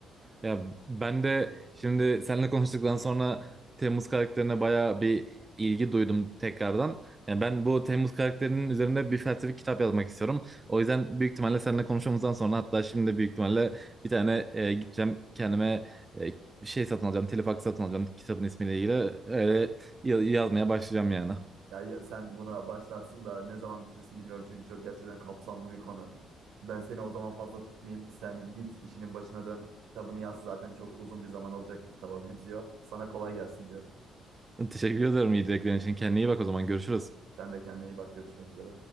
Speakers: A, on the right; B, on the right.
A: Ya ben de şimdi seninle konuştuktan sonra Temmuz karakterine bayağı bir ilgi duydum tekrardan. Yani ben bu Temmuz karakterinin üzerine bir felsefi kitap yazmak istiyorum. O yüzden büyük ihtimalle seninle konuşmamızdan sonra hatta şimdi de büyük ihtimalle bir tane e, gideceğim kendime e, bir şey satın alacağım. Telefaks satın alacağım kitabın ismiyle ilgili. Öyle ya- yazmaya başlayacağım yani.
B: Ya, ya sen buna başlarsın da ne zaman bitirsin bilmiyorum çünkü çok gerçekten kapsamlı bir konu. Ben seni o zaman fazla tutmayayım. Sen git işinin başına dön. Kitabını yaz zaten çok uzun bir zaman alacak bir kitaba benziyor. Sana kolay gelsin diyorum.
A: <laughs> Teşekkür ederim iyi dileklerin için. Kendine iyi bak o zaman görüşürüz.
B: Sen de kendine iyi bak görüşmek üzere.